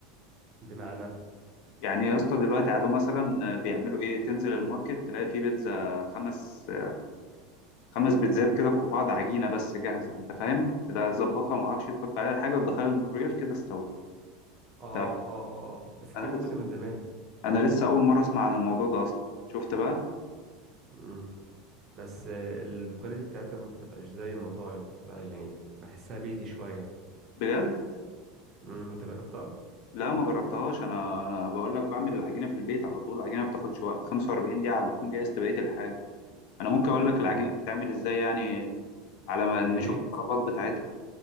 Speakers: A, on the right; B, on the left.
A: بمعنى اه
B: يعني يا اسطى دلوقتي عادوا مثلا بيعملوا ايه تنزل الماركت تلاقي في بيتزا خمس خمس بيتزات كده فوق بعض عجينه بس جاهزه انت فاهم تبقى تظبطها وما اعرفش تحط عليها الحاجه وتدخلها الميكرويف كده استوت
A: اه
B: أنت-
A: اه اه بس
B: انا
A: دي موجودة
B: لسه
A: من زمان
B: انا لسه اول مره اسمع عن الموضوع ده اصلا شفت بقى
A: مم. بس آه، الكواليتي بتاعتها ما بتبقاش زي المطاعم بتبقى يعني بحسها بيتي شوية
B: بجد
A: مم. انت جربتها؟
B: لا ما جربتهاش انا انا بقول لك بعمل العجينه في البيت على طول العجينه ما بتاخدش وقت 45 دقيقه على ما اكون جهزت بقيه الحاجه انا ممكن اقول لك
A: مم.
B: العجينه بتتعمل ازاي يعني على ما نشوف
A: يا ريت
B: الطلبات بتاعتها